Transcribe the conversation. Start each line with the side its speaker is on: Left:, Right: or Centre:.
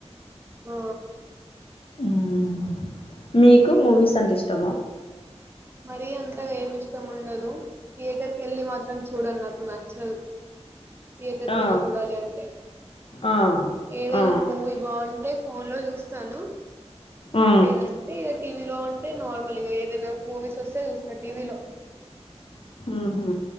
Right: ఓ
Left: మ్ మీకు మూవీస్ అంటే ఇష్టమా
Right: మరీ అంతగా ఏమి ఇష్టం ఉండదు థియేటర్ కి వెళ్ళి మాత్రం చూడం నాకు నచ్చదు థియేటర్కి
Left: ఆ
Right: వెళ్ళి చూడాలి అంటే
Left: ఆ
Right: ఏదైనా
Left: ఆ
Right: మూవీ బాగుంటే ఫోన్ లో చూస్తాను
Left: ఆ
Right: లేదంటే ఇగ టీవీలో అంటే నార్మల్గా ఏదైనా మూవీస్ వస్తే చూస్తా టీవీలో
Left: ఉహు